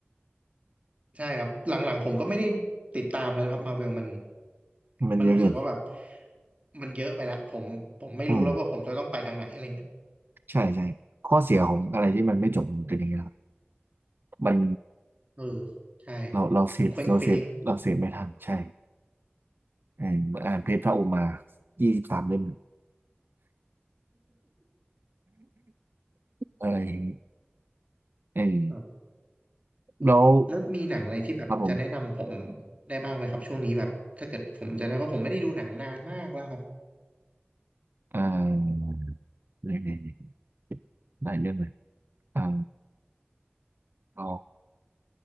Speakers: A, on the right; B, on the right.
A: ใช่ครับหลังๆผมก็ไม่ได้ติดตามแล้วนะครับมาเวลมัน
B: มันเยอะเกิน
A: มันรู้สึกว่าแบบมันเยอะไปละผมผมไม่รู้แล้วว่าผมจะต้องไปทางไหนอะไรเงี้ย
B: อืมใช่ใช่ข้อเสียของอะไรที่มันไม่จบมันเป็นอย่างเงี้ยครับ
A: อืม
B: มัน
A: เออใช่
B: เราเราเสพเราเสพเราเสพไม่ทันใช่
A: มันเคว้งเคว้ง
B: เออเหมือนอ่านเพจพระโอมายี่สิบสามเล่มอะไรอย่างงี้เออ
A: ครับเออแล้วมีหนังอะไรที่แบบจะแนะนำผม
B: แล้วครับผม
A: ได้บ้างไหมครับช่วงนี้แบบถ้าเกิดผมจะนะเพราะผมไม่ได้ดูหนังนานมากแล้วครับ
B: อ่าเนี่ยเนี่ยเนี่ยหลายเรื่องเลยอ่าลอง